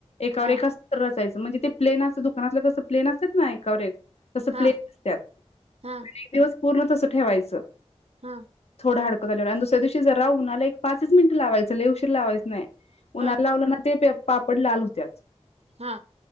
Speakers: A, on the left; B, on the right.
A: एकावर
B: हा
A: एकात यचं म्हणजे ते प्लेन असं दुकानातलं कसं प्लेन असत ना एकावर एक तस
B: हा
A: प्लेन असत
B: हा
A: आणि एक दिवस पूर्ण तस ठेवायचं.
B: हा
A: हडं झा आणि दुस्या दिवशी ज राह मला एक पाच मिंट लावायं लवशीर लावायचं नाही. उन्हाळाला
B: हा
A: लावलं ना ते पापड लाल होत्यात.
B: हा